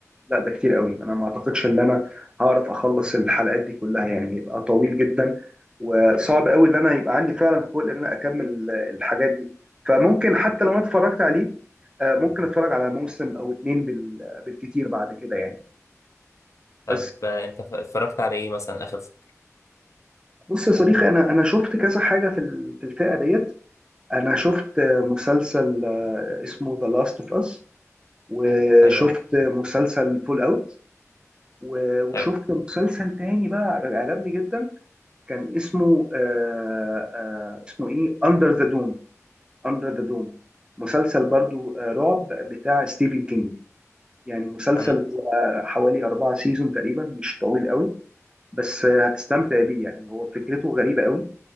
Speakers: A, on the right; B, on the left.
A: لا ده كتير قوي انا ما اعتقدش ان انا هعرف اخلص الحلقات دي كلها يعني يبقى طويل جدا وصعب قوي ان انا يبقى عندي فعلا خلق ان انا اكمل الحاجات دي فممكن حتى لو انا اتفرجت عليه آه، ممكن اتفرج على موسم او اتنين بال- بالكتير بعد كده يعني بس
B: طب آه، انت ف- اتفرجت على ايه مثلا اخر ف-
A: بص يا صديقي انا انا شفت كذا حاجه في ال- في الفئه ديت انا شفت آه، مسلسل آه، اسمه ذا لاست اوف اس وشفت
B: ايوه
A: مسلسل فول اوت و- وشفت
B: حلو
A: مسلسل تاني بقى عجبني جدا كان اسمه آه آه اسمه ايه اندر ذا دوم اندر ذا دوم مسلسل برضو آه رعب بتاع ستيفن كينج يعني مسلسل
B: أنا-
A: آه حوالي أربعة سيزون تقريبا مش طويل قوي بس آه هتستمتع بيه يعني هو فكرته غريبة قوي